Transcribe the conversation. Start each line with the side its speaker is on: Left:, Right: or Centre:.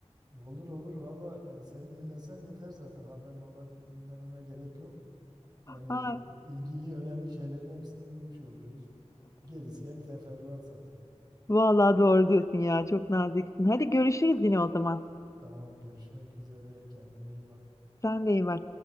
Right: Olur olur valla yani seni dinlesem yeter zaten haber haber dinlememe gerek yok. Yani
Left: Ha.
Right: ilgili önemli şeylerin hepsini duymuş oluyoruz. Gerisi hep teferruat zaten.
Left: Vallahi doğru diyorsun ya. Çok naziksin. Hadi görüşürüz yine o zaman.
Right: Tamam görüşmek üzere kendine iyi bak.
Left: Sen de iyi bak.